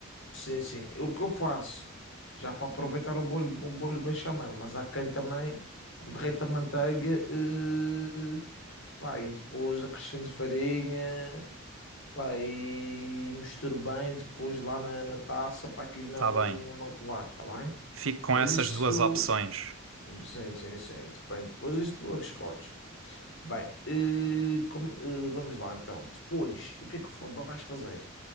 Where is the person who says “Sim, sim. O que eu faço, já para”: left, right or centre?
Left